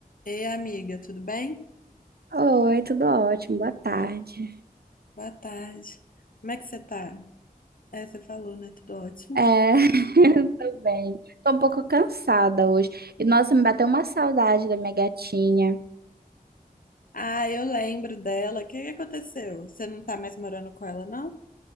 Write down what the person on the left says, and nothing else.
Ei, amiga, tudo bem?
Boa tarde. Como é que você tá? É, você falou, né? Tudo ótimo.
Ah, eu lembro dela. O que que aconteceu? Você não tá mais morando com ela, não?